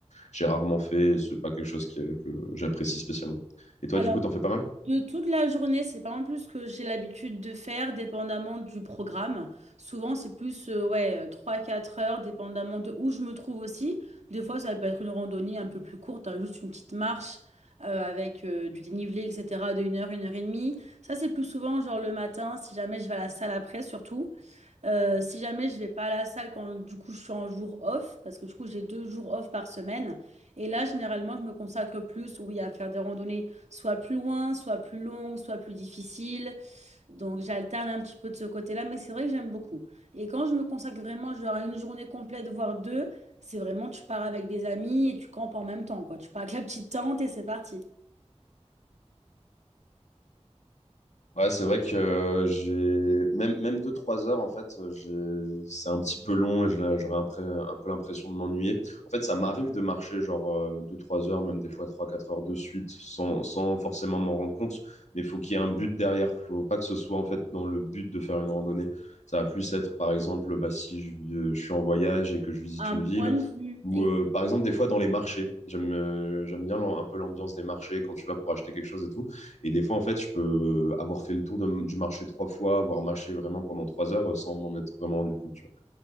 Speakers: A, on the left; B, on the right.
A: j'ai rarement fait. C'est pas quelque chose qui- euh, que j'apprécie spécialement. Et toi,
B: Alors.
A: du coup, t'en fais pas mal?
B: De toute la journée, c'est pas en plus ce que j'ai l'habitude de faire, dépendamment du programme. Souvent, c'est plus euh, ouais, euh, trois quatre heures, dépendamment de où je me trouve aussi. Des fois, ça peut être une randonnée un peu plus courte, hein, juste une petite marche euh, avec euh, du dénivelé, etc., de une heure, une heure et demie. Ça, c'est plus souvent, genre le matin, si jamais je vais à la salle après, surtout. Euh, si jamais je vais pas à la salle quand du coup je suis en jour off, parce que du coup j'ai deux jours off par semaine, et là généralement je me consacre plus, oui, à faire des randonnées soit plus loin, soit plus longues, soit plus difficiles. Donc j'alterne un petit peu de ce côté-là, mais c'est vrai que j'aime beaucoup. Et quand je me consacre vraiment, genre à une journée complète, voire deux, c'est vraiment tu pars avec des amis et tu campes en même temps, quoi. Tu pars avec la petite tente et c'est parti.
A: Ouais, c'est vrai que euh, j'ai même même deux trois heures en fait, euh, j'ai- c'est un petit peu long et j'ai- j'aurais un, pré- un peu l'impression de m'ennuyer. En fait, ça m'arrive de marcher genre euh, deux trois heures, même des fois trois quatre heures de suite, sans sans forcément m'en rendre compte. Mais faut qu'il y ait un but derrière. Faut pas que ce soit en fait dans le but de faire une randonnée. Ça va plus être par exemple, bah si je, euh, je suis en voyage et que je visite
B: Un
A: une ville,
B: point de vue.
A: ou euh, par exemple des fois dans les marchés. J'aime euh, j'aime bien l'am- un peu l'ambiance des marchés quand tu vas pour acheter quelque chose et tout. Et des fois, en fait, je peux avoir fait le tour de- du marché trois fois, avoir marché vraiment pendant trois heures euh, sans m'en être vraiment rendu compte, tu vois.